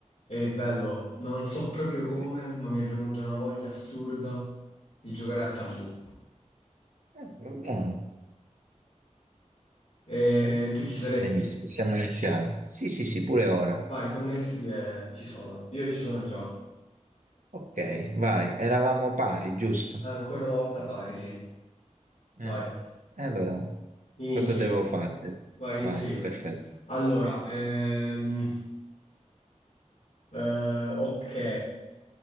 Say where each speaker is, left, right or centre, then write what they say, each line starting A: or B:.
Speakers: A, on the left; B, on the right.
A: E bello, ma non so proprio come,
B: Eh,
A: ma mi è venuta una voglia assurda di giocare a Tabù.
B: va bene.
A: E
B: per me
A: tu ci
B: Va
A: saresti?
B: benissimo, possiamo iniziare. Sì, sì, sì, pure ora.
A: Vai, connettiti e ci sono. Io ci sono già.
B: Ok, vai, eravamo pari, giusto?
A: Ancora una volta pari, sì.
B: Eh,
A: Vai,
B: e allora,
A: inizio
B: cosa devo
A: io.
B: fare?
A: Vai, inizio
B: Vai,
A: io.
B: perfetto.
A: Allora, ehm, eh, ok.